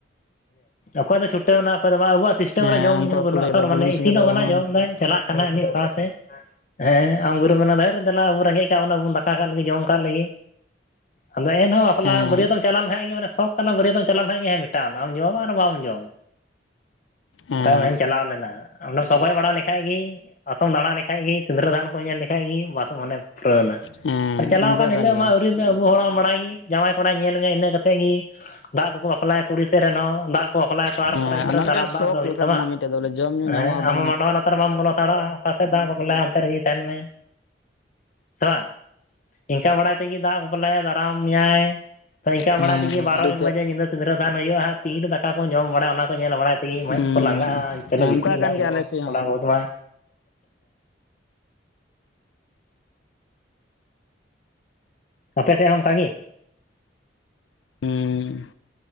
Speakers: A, on the left; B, on the left.
A: ᱚᱠᱚᱭ ᱫᱚ ᱪᱷᱩᱴᱟᱹᱣᱱᱟ ᱚᱠᱚᱭ ᱫᱚ ᱢᱟ ᱟᱵᱚᱣᱟᱜ ᱥᱤᱥᱴᱮᱢ
B: ᱦᱮᱸ
A: ᱨᱮ ᱡᱚᱢ
B: ᱚᱱᱠᱟ
A: ᱧᱩ ᱵᱟᱹᱱᱩᱜ-ᱟ
B: ᱠᱚ ᱞᱟᱹᱭᱫᱟ
A: ᱛᱚ
B: ᱵᱩᱞᱩᱝ
A: ᱢᱟᱱᱮ
B: ᱥᱚᱸᱜᱮ
A: ᱤᱥᱤᱱᱚᱜ,
B: ᱫᱚ
A: ᱠᱟᱱᱟ
B: ᱦᱚᱸ
A: ᱡᱚᱢᱫᱟᱭ ᱪᱟᱞᱟᱜ ᱠᱟᱱᱟᱭ ᱩᱱᱤ ᱚᱠᱟ ᱥᱮᱫ ᱦᱮᱸ ᱟᱢ ᱜᱩᱨᱩᱢ ᱢᱮᱱᱟ ᱫᱷᱟᱹᱨ ᱫᱮᱞᱟ ᱟᱵᱚ ᱨᱮᱸᱜᱮᱡ, ᱠᱟᱜ ᱵᱚᱱᱟ ᱵᱚᱱ ᱫᱟᱠᱟ ᱠᱟᱜ ᱞᱮᱜᱮ ᱡᱚᱢ ᱠᱟᱜ ᱞᱮᱜᱮ ᱟᱫᱚ ᱮᱱᱦᱚᱸ ᱵᱟᱯᱞᱟ
B: ᱦᱮᱸ
A: ᱵᱟᱹᱨᱭᱟᱹᱛᱚᱢ ᱪᱟᱞᱟᱣ ᱞᱮᱱᱠᱷᱟᱡ ᱜᱮ ᱟᱱᱮ ᱥᱚᱠ ᱠᱟᱱᱟ ᱵᱟᱹᱨᱭᱟᱹᱛᱚᱢ ᱪᱟᱞᱟᱣ ᱱᱮᱠᱷᱟᱱ ᱜᱮ ᱦᱮᱸ ᱢᱮᱴᱟᱣᱱᱟᱢ ᱡᱚᱢ ᱟᱨ ᱵᱟᱢ ᱡᱚᱢ᱾
B: ᱦᱮᱸ
A: <unintelligible> ᱪᱟᱞᱟᱣ ᱞᱮᱱᱟ ᱚᱸᱰᱮᱢ ᱥᱚᱜᱚᱭ ᱵᱟᱲᱟ ᱞᱮᱠᱷᱟᱡ ᱜᱮ ᱟᱛᱚᱢ ᱫᱟᱲᱟ ᱞᱮᱠᱷᱟᱡ ᱜᱮ ᱥᱤᱸᱫᱽᱨᱟᱹ ᱫᱟᱱ ᱠᱚᱢ ᱧᱮᱞ ᱞᱮᱠᱷᱟᱡ ᱜᱮ ᱵᱟᱥ ᱚᱱᱮ ᱯᱩᱨᱟᱹᱣᱱᱟ
B: ᱦᱮᱸ
A: ᱟᱨ ᱪᱟᱞᱟᱣ
B: ᱚᱱᱠᱟ
A: ᱠᱟᱱ ᱦᱤᱞᱳᱜ
B: ᱜᱮᱭᱟ
A: ᱢᱟ ᱟᱹᱣᱨᱤ ᱟᱵᱚ ᱦᱚᱲ ᱵᱟᱲᱟᱭ ᱜᱮ ᱡᱟᱶᱟᱭ ᱠᱚᱲᱟᱭ ᱧᱮᱞ ᱢᱮᱭᱟ ᱤᱱᱟᱹ ᱠᱟ ᱠᱟᱛᱮ ᱜᱮ ᱫᱟᱜ ᱠᱚᱠᱚ ᱵᱟᱯᱞᱟᱭᱟ ᱠᱩᱲᱤ ᱥᱮᱫ ᱨᱮᱱ ᱦᱚᱸ ᱫᱟᱜ ᱵᱟᱯᱞᱟᱭᱟ ᱛᱚ ᱛᱟᱨᱯᱚᱨᱮ
B: ᱦᱮᱸ
A: ᱛᱷᱚᱲᱟ
B: ᱚᱱᱟ
A: ᱫᱟᱨᱟᱢ
B: ᱢᱤᱫᱴᱮᱡ
A: ᱫᱟᱜ
B: ᱥᱚᱠ
A: ᱫᱚ ᱦᱩᱭᱩᱜ
B: ᱞᱮᱠᱟ
A: ᱛᱟᱢᱟ
B: ᱠᱟᱱᱟ ᱢᱤᱫᱴᱮᱡ ᱫᱚ ᱵᱚᱞᱮ ᱡᱚᱢ ᱧᱩ
A: ᱦᱮᱸ
B: ᱧᱟᱢᱚᱜᱼᱟ
A: ᱟᱢ
B: ᱵᱟᱝ ᱧᱟᱢᱚᱜᱼᱟ
A: ᱢᱟᱰᱣᱟ ᱱᱟᱨ ᱵᱟᱢ ᱵᱚᱞᱚ ᱦᱟᱲᱟᱜ-ᱟ ᱚᱠᱟ ᱥᱮᱫ ᱫᱟᱜ ᱠᱚᱠᱚ ᱞᱟᱹᱭ ᱟ ᱚᱱᱛᱮ ᱨᱮᱜᱮ ᱛᱟᱦᱮᱱ ᱢᱮ᱾ ᱥᱮ ᱵᱟᱝ ᱤᱱᱠᱟ ᱵᱟᱲᱟᱭ ᱛᱮᱜᱮ ᱫᱟᱜ ᱵᱟᱯᱞᱟᱭᱟ ᱫᱟᱨᱟᱢ ᱢᱮᱭᱟᱭ᱾ ᱛᱚ ᱤᱱᱠᱟ
B: ᱦᱮᱸ
A: ᱵᱟᱲᱟᱭ ᱛᱮᱜᱮ ᱵᱟᱨᱚ
B: ᱟᱹᱰᱤ
A: ᱮᱠ
B: ᱛᱮᱫ
A: ᱵᱟᱡᱮ ᱧᱤᱫᱟᱹ ᱥᱤᱸᱫᱨᱟᱹᱫᱟᱱ ᱦᱩᱭᱩᱜ-ᱟ ᱦᱟᱸᱜ ᱛᱤᱨᱮ ᱫᱟᱠᱟ ᱠᱚ ᱡᱚᱢ ᱵᱟᱲᱟᱭ ᱚᱱᱟ ᱠᱚ ᱧᱮᱞ ᱵᱟᱲᱟᱭ ᱛᱮ ᱛᱮᱜᱮ ᱢᱮᱫ
B: ᱦᱩᱸ
A: ᱠᱚ ᱞᱟᱸᱜᱟᱜ-ᱟ ᱪᱚᱞᱚ
B: ᱚᱱᱠᱟ
A: ᱜᱤᱛᱤᱡ
B: ᱠᱟᱱ
A: ᱮᱱᱟᱢ ᱤᱱᱟᱹᱜ
B: ᱜᱮᱭᱟ ᱟᱞᱮ ᱥᱮᱫ ᱦᱚᱸ
A: ᱛᱷᱚᱲᱟ ᱵᱚᱦᱩᱛ ᱢᱟ ᱟᱯᱮᱥᱮᱫ ᱦᱚᱸ ᱚᱱᱠᱟᱜ ᱜᱮ?
B: ᱦᱩᱸ